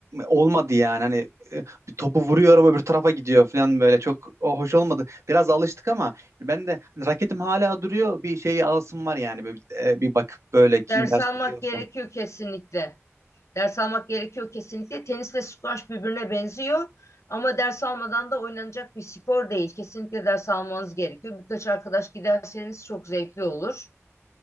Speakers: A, on the right; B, on the left.
A: olmadı yani hani e, bir topu vuruyorum öbür tarafa gidiyor falan böyle çok o hoş olmadı. Biraz alıştık ama ben de hani raketim hala duruyor bir şey alasım var yani bir, e, bir bakıp böyle kim
B: Ders
A: ders
B: almak
A: veriyorsa.
B: gerekiyor kesinlikle. Ders almak gerekiyor kesinlikle. Tenisle squash birbirine benziyor. Ama ders almadan da oynanacak bir spor değil. Kesinlikle ders almanız gerekiyor. Birkaç arkadaş giderseniz çok zevkli olur.